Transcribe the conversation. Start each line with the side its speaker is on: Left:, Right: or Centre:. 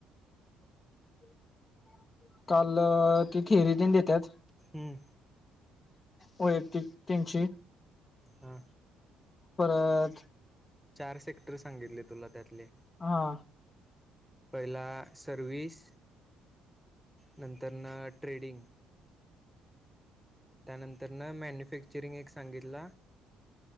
Left: <inaudible> काल ती थेरी तेन देत्यात
Centre: हम्म
Left: वैयक्तिक तेनची.
Centre: हा.
Left: परत
Centre: चार सेक्टर सांगितले तुला त्यातले
Left: हा.
Centre: पहिला सर्व्हिस. नंतर न ट्रेडिंग. त्यानंतर न मॅन्युफॅक्चुरिंग एक सांगितलं.